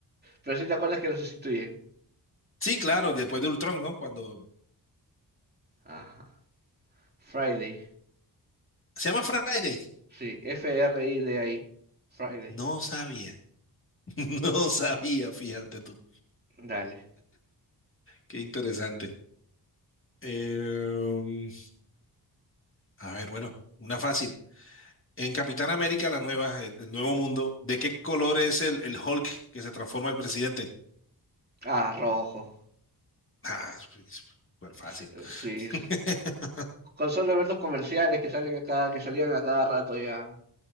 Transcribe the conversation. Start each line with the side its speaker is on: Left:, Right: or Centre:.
Right: Pero si te acuerdas que lo sustituye.
Left: Sí, claro, después de Ultron, ¿no? Cuando
Right: Ajá. Friday.
Left: se llama Friday.
Right: Sí, F-R-I-D-A-I. Friday.
Left: No sabía, <laughs> no sabía, fíjate tú.
Right: Dale.
Left: Qué interesante. Eh, a ver, bueno, una fácil. En Capitán América, la nueva, el, el nuevo mundo, ¿de qué color es el, el Hulk que se transforma el presidente?
Right: Ah, rojo.
Left: Ah, pues, súper fácil.
Right: Es- eh, Sí,
Left: <laughs>
Right: es- con solo ver los comerciales que salen a cada que salían a cada rato ya.